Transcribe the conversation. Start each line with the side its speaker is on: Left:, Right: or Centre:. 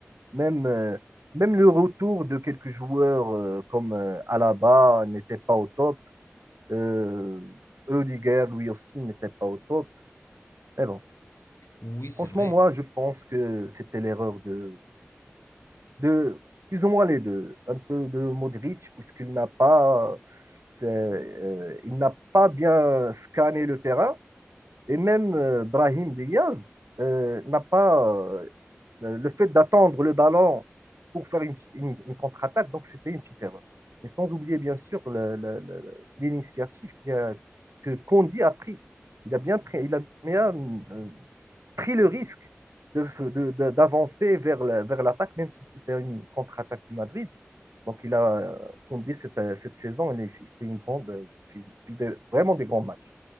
Right: Même, euh, même le retour de quelques joueurs euh, comme euh, Alaba n'était pas au top. Euh, Rudiger, lui aussi, n'était pas au top. Mais bon,
Left: Oui, c'est
Right: franchement,
Left: vrai.
Right: moi, je pense que c'était l'erreur de, de plus ou moins les deux. Un peu de Modric, puisqu'il n'a pas, euh, il n'a pas bien scanné le terrain. Et même euh, Brahim Diaz euh, n'a pas Euh, Le fait d'attendre le ballon pour faire une, une- une contre-attaque, donc c'était une petite erreur. Et sans oublier, bien sûr, le- le- le- l'initiative qui a- que kondi a pris. Il a bien pris, il a bien, euh, pris le risque de de- de- d'avancer vers la- vers l'attaque, même si c'était une contre-attaque du Madrid. Donc, il a, kondi cette, euh, cette saison, il, fait une grande, euh, il fait vraiment des grands matchs.